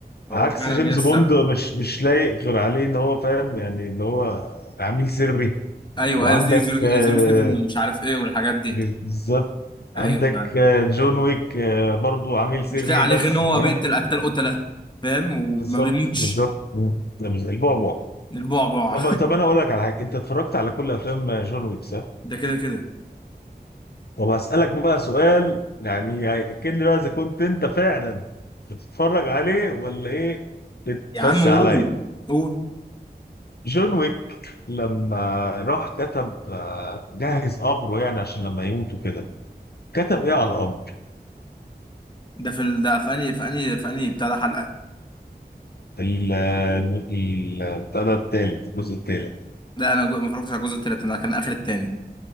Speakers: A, on the left; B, on the left.
A: هو
B: عكس
A: فعلا
B: جيمس
A: يسا
B: بوند مش مش لايق غير عليه ان هو فاهم يعني اللي هو عميل سري
A: أيوه
B: وعندك
A: أيوه زيرو زيرو
B: آه،
A: زيرو سيفن ومش عارف إيه والحاجات دي
B: بالظبط
A: أيوه
B: عندك
A: فعلا
B: آه، جون ويك آه، برضو عميل سري
A: مش لاقي عليه
B: بس
A: غير إن هو
B: فاهم
A: بيقتل قتال قتلة فاهم وما
B: بالظبط
A: بيموتش
B: بالظبط مم. ده مش زي البعبع
A: البعبع
B: طب طب انا اقول لك على حاجه انت اتفرجت على كل افلام آه، جون ويك صح؟
A: <laughs> ده كده كده
B: طب هسالك بقى سؤال يعني هياكد لي بقى اذا كنت انت فعلا بتتفرج عليه ولا ايه بتفسي
A: يا عم قول
B: عليا
A: قول
B: جون ويك لما راح كتب آه، جهز قبره يعني عشان لما يموت وكده كتب ايه على القبر؟
A: ده في ال... ده في أنهي في أنهي في أنهي بتاع ده حلقة
B: ال ال- بتاع ده التالت الجزء التالت
A: ده أنا جو- ما اتفرجتش على الجزء التالت أنا كان آخر التاني